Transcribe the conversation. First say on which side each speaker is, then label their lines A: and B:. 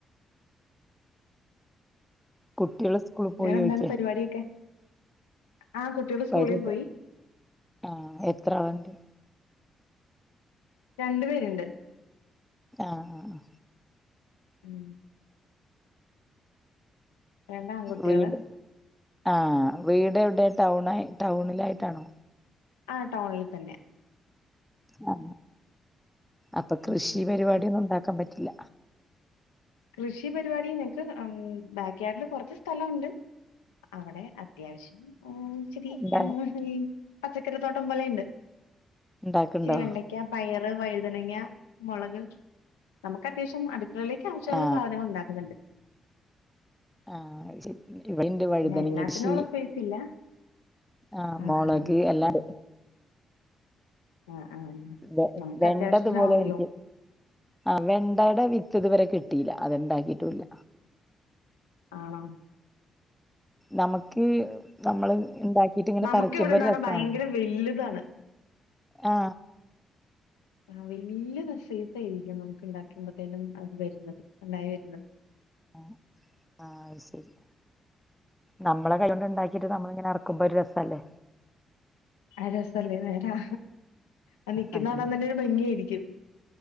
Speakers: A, in the centre; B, on the left (about 85°).
A: കുട്ടികൾ സ്കൂളിൽ പോയി
B: വേറെന്താണ്
A: ചോദിക്കാ
B: പരിപാടിയൊക്കെ? ആ കുട്ടികൾ
A: പരിത
B: സ്കൂളിൽ പോയി
A: ആ എത്രാള്ണ്ട്?
B: രണ്ടു പേരുണ്ട്.
A: ആ ആ
B: മ്. രണ്ടാൺകുട്ടികള്
A: വീട് ആ വീടവിടെ ടൗണായി ടൗണിലായിട്ടാണോ?
B: ആ ടൗണില് തന്നെ.
A: ആ അപ്പൊ കൃഷി
B: ഉം
A: പരിപാടിയൊന്നും ഉണ്ടാക്ക ക്കാൻ പറ്റില്ല.
B: കൃഷി പരിപാടി നക്ക് ബാക്കിയാർഡില് കൊറച്ച് സ്ഥലംണ്ട്. അവിടെ അത്യാവശ്യം. <unintelligible> ആ ശരി
A: എന്താ
B: പച്ചക്കറിത്തോട്ടം പോലെണ്ട്.
A: ഉണ്ടാക്കണ്ടോ
B: ചിരിവെണ്ടയ്ക്ക പയറ് വഴു തനങ്ങ മുളക് നമുക്കത്യാവശ്യം അടുക്കളയിലേക്ക് ആവശ്യള്ള
A: ആ
B: സാധനങ്ങളുണ്ടാക്കുന്നുണ്ട്.
A: ആ അത്‌ ശെരി വഴുതന
B: പിന്നെ എല്ലാത്തിനും
A: കൃഷി
B: ഉള്ള സ്പേസ് ഇല്ല
A: ആഹ്
B: ആ
A: മുളക്
B: ആ
A: എല്ലാണ്ട്.
B: ആ ആ
A: വെ
B: നമുക്ക്
A: വെണ്ടതുപോലെ
B: അത്യാവശ്യത്തിനാവൂലോ
A: എനിക്ക് ആ വെണ്ടയുടെ വിത്തതുവരെ കിട്ടിയില്ല അത്ണ്ടാക്കിട്ടില്ല.
B: ആണ?
A: നമുക്ക് നമ്മള് ഉണ്ടാക്കിട്ട് ഇങ്ങനെ
B: നമുക്ക്
A: പറിക്കുമ്പോ
B: ഇവിടെ ഉണ്ടവിടെ
A: ഒരു രസാണല്ലോ.
B: ഭയങ്കര വലുതാണ്
A: ആ.
B: ആ വലിയ നസീതയിരിക്കും നമുക്ക്ണ്ടാക്കുമ്പോത്തേനും അത് വരുന്നത് ഉണ്ടായി വരുന്നത്.
A: ആ ആ അത് ശരി. നമ്മളെ കൈയൊണ്ട് ഉണ്ടാക്കിട്ട് നമ്മള ഇങ്ങനെ ഇറക്കുമ്പോ ഒരു രസല്ലേ.
B: അരസല്ലന്നേരാ. ആ നിക്കുന്നടാൻ
A: ആഹ്
B: തന്നെ ഒരു ഭംഗിയയിരിക്കും.